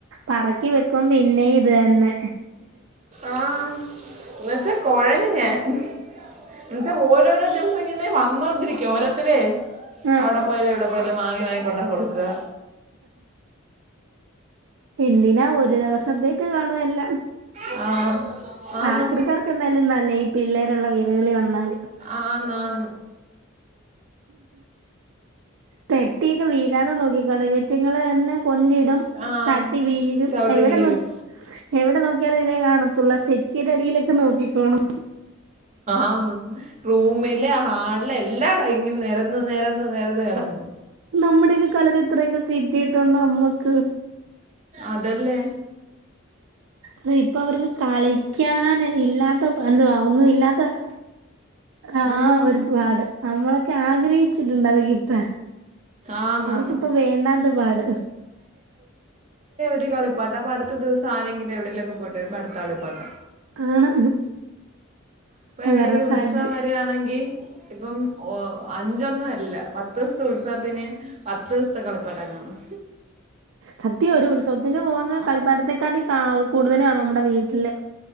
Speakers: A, on the right; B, on the right.
A: പറക്കി വെക്കും പിന്നെയും ഇത് തന്നെ
B: ആഹ് എന്ന വെച്ചാ കൊഴഞ്ഞ് ഞാൻ എന്ന് വെച്ചാ ഓരോരോ ദിവ ഇപ്പം ഇങ്ങനെ വന്നോണ്ടിരിക്കും ഓരോരുത്തരേ
A: ആഹ്
B: അവിടെ പോയത് ഇവിടെ വല്ലോം വാങ്ങി വാങ്ങി കൊണ്ട് കൊടുക്കാ
A: എന്തിനാ ഒരു ദിവസത്തേക്ക് കാണും എല്ലാം
B: ആ ആന്ന്
A: ആകൃക്കാർക്ക് എന്തായാലും നല്ലെയ ഈ പിള്ളേർ ഉള്ള വീ കളിൽ വന്നാല്
B: ആന്ന് ആന്ന്
A: തെറ്റിക്കെ വീ വരാതെ നോക്കിക്കോണം ഇവറ്റിങ്ങള് തന്നെ കൊണ്ടിടും
B: ആ
A: തട്ടി വീഴും
B: ചവിട്ടി
A: എവിടെ
B: വീഴും
A: നോക് എവിടെ നോക്കിയാലും ഇതേ കാണു തുളസി <unintelligible> അടിയിലൊക്കെ നോക്കിക്കോണം
B: ആന്ന് റൂമില് ഹാളില് എ എല്ലാടോം ഇങ്ങ് നെരന്ന് നെരന്ന് നെരന്ന് കിടക്ക്ന്ന്
A: നമ്മ്ടെക്കെ കാലത്ത് ഇത്രക്കെ കിട്ടിയിട്ടുണ്ടോ മ്മക്ക്
B: അതല്ലേ
A: തെ ഇപ്പ അവർക്ക് കളിക്കാൻ ഇല്ലാത്ത <unintelligible> ഒന്നും ഇല്ലാത്ത ആ
B: ഉം.
A: ഒരുപാട് നമ്മള ആഗ്രഹിച്ചിട്ടുണ്ട് അത് കി ആ
B: ആന്നാന്ന്
A: അവർക്കിപ്പ വേണ്ടാത്ത പാട്
B: <unintelligible> കളിപ്പട്ട അപ്പ അടുത്ത ദിവസം ആരെങ്കിലും എവിടെലൊക്കെ പോയിട്ട് വരുമ്പം അടുത്ത കളിപ്പാട്ടം
A: ആണ്
B: ഇപ്പൊ
A: അവരുടെ
B: എവിടെലും
A: ഭാഗ്യം
B: ഉത്സവം വരുവാണെങ്കി ഇപ്പം ഒ ഒ അഞ്ചൊന്നും അല്ല പത്ത് ദിവസത്തെ ഉത്സവത്തിന് പത്ത് ദിവസത്തെ കളിപ്പാട്ടം കാണും
A: സത്യവ ഒരു ഉത്സവത്തിന് പോകുന്ന കളിപ്പാട്ടത്തെക്കാട്ടി കാ കൂടുതലാണോ? മ്മടെ വീട്ടില്